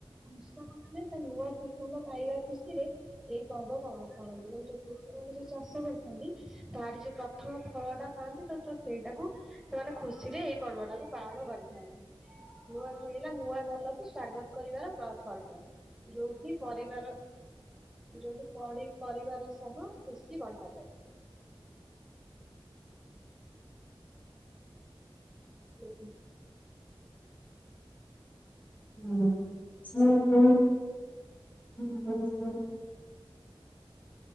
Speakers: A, in the centre; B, on the left (about 15°).
A: କୃଷକ ମାନେ ତା ନୂଆ ଫସଲ ପାଇବା ଖୁସି ରେ ଏଇ ପର୍ବ ପାଳନ୍ତି, କାରଣ -ଯୋଉ କୃଷକ ମାନେ ଯୋଉ ଚାଷ କରିଥାନ୍ତି, ତାର ଯୋଉ ପ୍ରଥମ ଫଳ ଟା ପାାଆନ୍ତି ତ- ସେଇଟାକୁ ସେମାନେ ଖୁସିରେ ସେଇ ପର୍ବ ଟାକୁ ପାଳନ କରିଥାନ୍ତି। ନୂଆ ଖାଇ ହେଲା, ନୂଆ ଧାନକୁ ସ୍ଵାଗତ କରିବାର ପ ପର୍ବ। ଯୋଉଠି ପରିବାର, ଯୋଉଠି ପଡି ପରିବାର ସହ ଖୁସି ବଣ୍ଟାଯାଏ। ଲକ <unintelligible>
B: ହଁ ହ ହ ହୁଁ ହୁଁ ହଁ